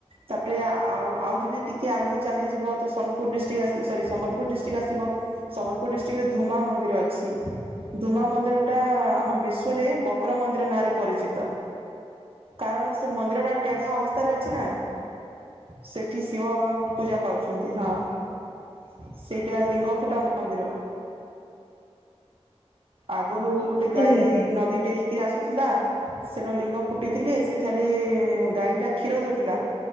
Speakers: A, on the right (about 60°); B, on the left (about 25°).
A: ତାପରେ ଆଉ ଆଉ ଯଦି ଟିକେ ଆଗକୁ ଚାଲିଯିବ ତ Sonpur district sorry Sambalpur district ଆସିବ ସମ୍ବଲ ପୁ ଡିଷ୍ଟ୍ରିକ୍ରେ ଧୁମା ମନ୍ଦିର ଅଛି ଦୁମା ମନ୍ଦ ା ଆମ ବିଶଵରେ ଶୁକ୍ର ମନ୍ଦିର ନାଁରେ ପରିଚିତ କାରଣ ସେ ମନ୍ଦିର ଟା ଟେଢା ଅବସ୍ ଅଛି ନା ସେଠି ଶିବ ଭଗବାନ ପୂଜା ପାଉଛ <unintelligible> ସେଇଟା ଲିଙ୍ଗ ଫୁଟା ମନ୍ଦିର
B: ଉମା
A: ଆଗରୁ
B: ମନ୍ଦିର
A: ଗୋଟେ ଗାଈ
B: ଯୋଉଟା କହିଲେ।
A: ନଦୀ ଡେଇଁକି ଆସୁ ଥିଲା ସେନ ଲିଙ୍ଗ ଫୁଟିଥିଲେ ସେଠାରେ ଗାଈଟା <unintelligible> ଦଉଥିଲା।